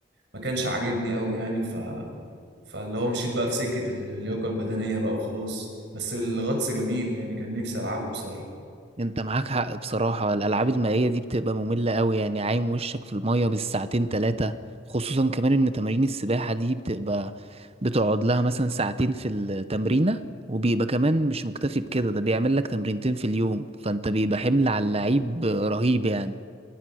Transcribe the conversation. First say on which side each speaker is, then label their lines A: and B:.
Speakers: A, on the right; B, on the right.
A: ما كانش عاجبني قوي يعني ف فاللي هو مشيت بقى في سكه اللياقه البدنيه بقى وخلاص بس الغطس جميل يعني كان نفسي العبه بصراحه
B: انت معاك حق بصراحة الألعاب المائية دي بتبقى مملة قوي يعني عايم وشك في المية بالساعتين تلاتة خصوصا كمان ان تمارين السباحة دي بتبقى بتقعد لها مثلا ساعتين في التمرينة وبيبقى كمان مش مكتفي بكده ده بيعمل لك تمرينتين في اليوم فانت بيبقى حمل على اللعيب رهيب يعني